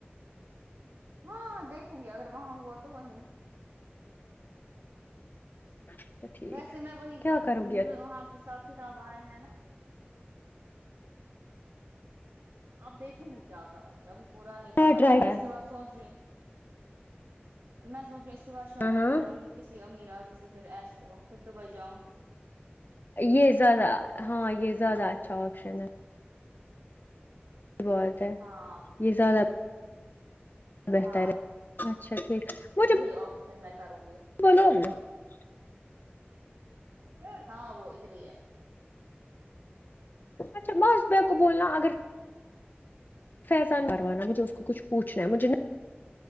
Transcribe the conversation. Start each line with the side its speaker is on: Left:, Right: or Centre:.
Right: ہاں دیکھوں گی اگر وہاں ہوا تو وہیں
Left: اچھا ٹھیک
Right: ویسے میں وہی
Left: کیا
Right: کروں
Left: کرو
Right: گی مج وہاں حساب کتاب آیا ہے نا آب دیکھو گی کیا کرو گی ابھی پورا نہیں
Left: نیا
Right: پتا
Left: ٹرائی
Right: میں تو
Left: ہاں
Right: اس کے بعس سوچ رہی میں سوچ رہی اس کے بعد شادی
Left: ہاں
Right: کر لوں کسی امیر آدمی سے پھر ایش کرو پھر دبئی جاؤں
Left: یہ زیادہ ہاں یہ زیادہ اچھا آپشن ہے بہت ہے
Right: ہاں
Left: یہ زیادہ بہتر
Right: ہاں
Left: ہے اچھا ٹھیک
Right: یہی
Left: مجھے
Right: آپشن میں کروں گی
Left: <unintelligible>
Right: عقیل ہاں وہ ادھر ہی ہے
Left: اچھا میں اس ب کو بولنا اگر فیضان پروانہ مجھے اس کو کچھ پوچھنا ہے مجھے نہ